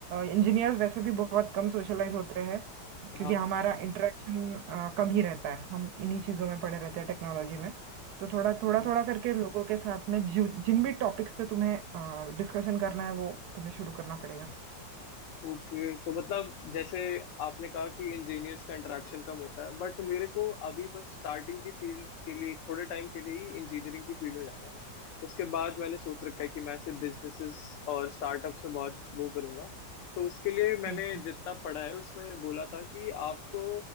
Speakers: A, on the right; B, on the left.
A: इंजीनियर्स वैसे भी बहुत कम सोशलाइज होते हैं क्योंकि
B: हाँ
A: हमारा इंटरेक्शन कम ही रहता है हम इन्हीं चीज़ों में पड़े रहते हैं टेक्नोलॉजी में तो थोड़ा थोड़ा
B: हम्म,
A: थोड़ा करके लोगों के साथ में जो जिन भी टॉपिक्स पे तुम्हें डिस्कशन करना है वो तुम्हें शुरू करना पड़ेगा
B: ओके तो मतलब जैसे आपने कहा कि इंजीनियर्स का इंटरेक्शन कम होता है बट मेरे को अभी बस स्टार्टिंग की फील्ड के लिए थोड़े टाइम के लिए ही इंजीनियरिंग की फील्ड में जाना है उसके बाद मैंने सोच रखा है कि मैं ऐसे बिजनेसेस और स्टार्टअप्स में बहुत वो करूंगा तो उसके लिए मैंने
A: हम्म
B: जितना पढ़ा है उसमें बोला था कि आपको